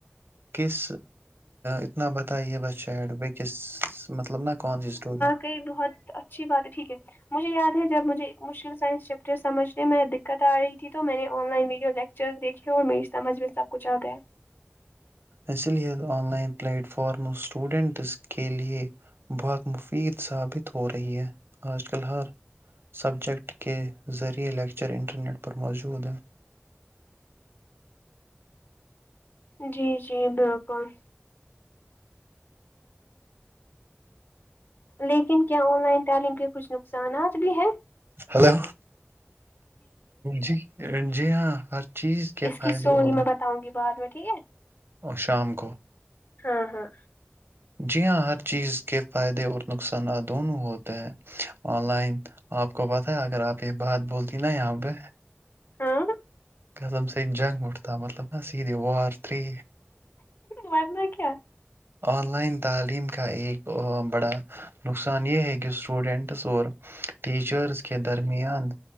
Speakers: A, on the right (about 70°); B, on the left (about 55°).
A: کس اتنا بتائیے ہی بس چیت پہ کس مطلب نہ کون سی اسٹوری
B: کہے بہت اچھی بات ہے ٹھیک ہے مجھے یاد ہے جب مجھے مشکل سائنس چیپٹر سمجھنے میں دقت آ رہی تھی تو میں نے آن لائن ویڈیو لیکچرس دیکے اور میری سمجھ میں سب کچھ آ گیا
A: اس لیے online platform students کے لیے بہت مفید ثابت ہو رہی ہے آج کل ہر سبجیکٹ کے ذریعے لیکچر انٹرنیٹ پر موجود ہے
B: جی جی بالکل لیکن کیا آن لائن تعلیم کے کچھ نقصانات بھی ہیں
A: ہیلو جی جی ہاں ہر چیز کے
B: اس
A: فائدے
B: کی سٹوری
A: اور
B: میں بتاؤں گی بعد میں ٹھیک ہے
A: اور شام کو
B: ہاں ہاں
A: جی ہاں ہر چیز کے فائدے اور نقصانات دونوں ہوتے ہیں آن لائن آپ کو پتا ہے اگر آپ یہ بات بولتی نا یہاں پہ
B: ہاں
A: قسم سے جنگ اٹھتا مطلب نا سید ہے وار تھری
B: ورنہ کیا
A: آن لائن تعلیم کا ایک بڑا نقصان یہ ہے کہ اسٹوڈینٹس اور ٹیچرز کے درمیان